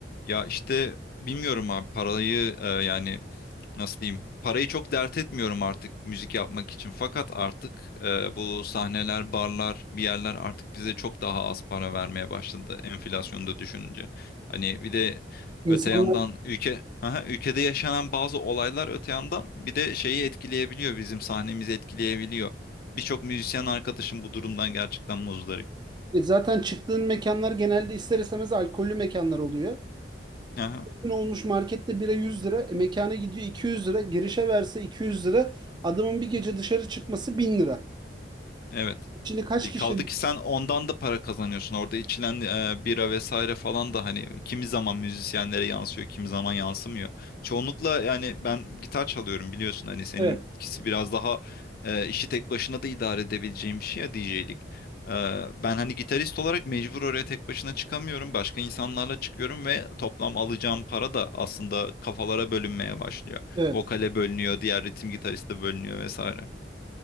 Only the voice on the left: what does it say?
Ya işte bilmiyorum abi parayı e, yani nasıl diyeyim parayı çok dert etmiyorum artık müzik yapmak için. Fakat artık e, bu sahneler, barlar, bir yerler artık bize çok daha az para vermeye başladı enflasyonu da düşününce. Hani bir de
öte yandan ülke <laughs> Aha, ülkede yaşanan bazı olaylar öte yandan bir de şeyi etkileyebiliyor bizim sahnemizi etkileyebiliyor. Birçok müzisyen arkadaşım bu durumdan gerçekten muzdarip.
Aha,
evet.
E, kaldı
ki sen ondan da para kazanıyorsun. Orada içilen e, bira vesaire falan da hani kimi zaman müzisyenlere yansıyor, kimi zaman yansımıyor. Çoğunlukla yani ben gitar çalıyorum biliyorsun hani seninkisi
biraz daha e, işi tek başına da idare edebileceğim bir şey ya DJ'lik. E, ben hani gitarist olarak mecbur oraya tek başına çıkamıyorum. Başka insanlarla çıkıyorum ve toplam alacağım para da aslında kafalara bölünmeye başlıyor.
Vokale bölünüyor, diğer ritim gitariste bölünüyor vesaire.